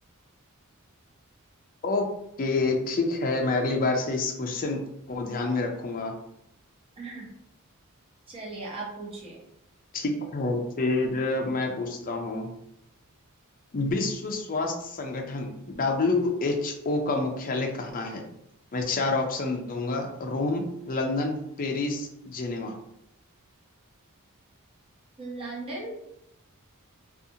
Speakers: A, on the left; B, on the right.
A: ओके ठीक है मैं अगली बार से इस क्वेश्चन को ध्यान में रखूंगा
B: <laughs> चलिए आप पूछिए
A: ठीक है फिर मैं पूछता हूँ विश्व स्वास्थ्य संगठन डब्ल्यू एच ओ का मुख्यालय कहाँ है मैं चार ऑप्शन दूंगा Rome London Paris Geneva
B: लंदन